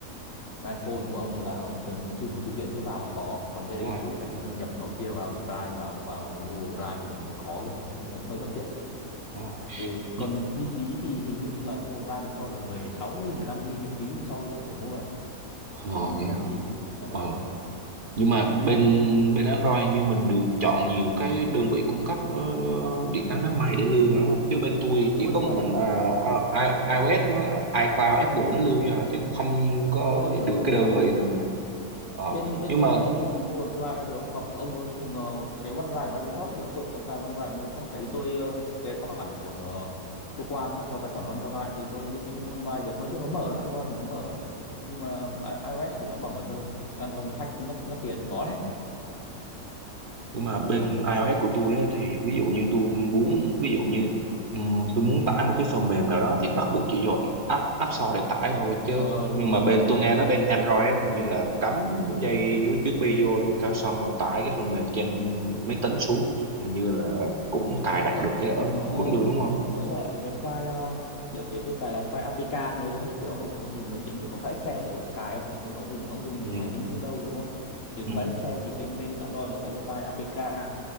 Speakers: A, on the left (about 65°); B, on the right (about 40°).
A: iPhone của ông là ông cần như thu một thư viện cứ vào là có còn đây
B: đúng rồi
A: cứ phải đăng nhập nọ kia vào Drive vào vào Google Drive thì nó mới có cơ nói chung nó cũng hơi bất tiện
B: đúng rồi
A: về
B: nhưng,
A: còn chi phí thì hình như là Google Drive nó cho được 16 GB 15 GB miễn phí sau đó cũng phải mua đấy
B: ờ
A: 15
B: vậy
A: 16
B: hả
A: GB ban
B: ờ
A: đầu
B: nhưng mà bên bên Android như mình được chọn nhiều cái đơn vị cung cấp ờ, điện toán đám mây để lưu mà đúng không chứ bên tôi
A: đúng
B: chỉ
A: rồi
B: có
A: đúng
B: một
A: rồi
B: mình ờ, I- I- iOS với iCloud Apple nó lưu cho à, chứ không có
A: đúng rồi chuẩn
B: được
A: luôn
B: cái đơn vị nào ờ
A: bên bên
B: nhưng
A: tôi
B: mà
A: ông dùng Google Drive được hoặc ông có dùng ờ, cái OneDrive của Microsoft cũng được tôi cũng có cái OneDrive của Microsoft tại vì tôi ờ, tài khoản của ờ, cơ quan họ cho tài khoản OneDrive thì tôi lưu trữ trên OneDrive được nói chung nó mở lắm Android thì nó mở lắm nhưng mà i- iOS thì nó bảo mật hơn Android bị hack mất mất tiền có đấy
B: nhưng mà bên iOS của tôi á, thì ví dụ như tôi muốn ví dụ như ừm, tôi muốn tải một cái phần mềm nào đó thì bắt buộc chỉ vô app app store để tải thôi chứ
A: ờ đúng
B: nhưng
A: rồi
B: mà
A: đúng
B: bên
A: rồi
B: tôi nghe nói bên Android á, hình như là cắm dây USB vô rồi cái xong rồi tải cái phần mềm trên máy tính xuống hình như là cũng cài
A: vẫn
B: đặt
A: được
B: được
A: ấy.
B: cái ứng
A: nó
B: vẫn được đúng không
A: nó gọi là cái file uh, đợt đấy tôi cài là file APK nó giống như kiểu ông ông dùng máy tính thì có file Excel để ông cài không nếu ông dùng ông dùng
B: ừ
A: máy tính Windows đúng không thì có
B: ừ
A: file Excel thì bên bên Android nó có cái file APK